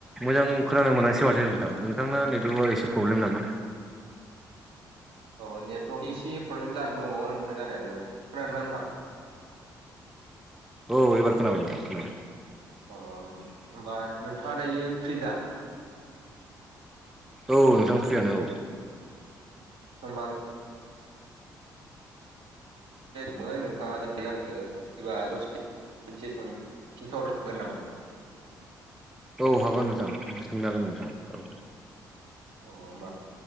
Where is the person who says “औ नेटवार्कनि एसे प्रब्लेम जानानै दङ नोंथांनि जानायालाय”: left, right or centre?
Right